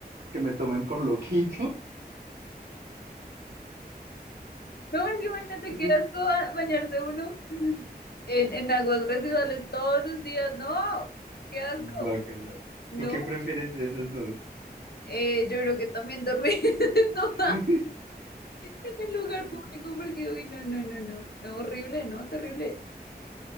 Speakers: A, on the right; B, on the left.
A: Que me tomen por loquito.
B: No, es que imagínate
A: <laughs>
B: qué asco ba- bañarse uno en, en aguas residuales todos los días. No, qué asco.
A: Guácala.
B: No,
A: ¿Tú qué prefieres de esas dos?
B: eh, yo creo que también dormir <laughs> no,
A: <laughs>
B: en el lugar
A: Ay,
B: público porque, uy, no, no, no, no, no, horrible, no, terrible.